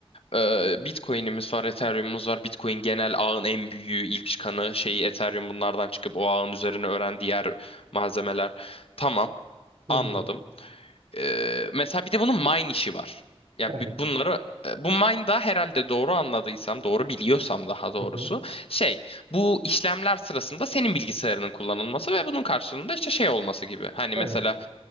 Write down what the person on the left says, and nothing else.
E, Bitcoin'imiz var, Ethereum'umuz var. Bitcoin genel ağın en büyüğü, ilk çıkanı şeyi Ethereum bunlardan çıkıp o ağın üzerine öğren diğer malzemeler. Tamam.
Anladım.
Ee, mesela bir de bunun mine işi var. Ya
bir bunları e, bu mine da herhalde doğru anladıysam, doğru biliyorsam daha doğrusu
şey bu işlemler sırasında senin bilgisayarının kullanılması ve bunun karşılığında işte şey olması gibi. Hani
mesela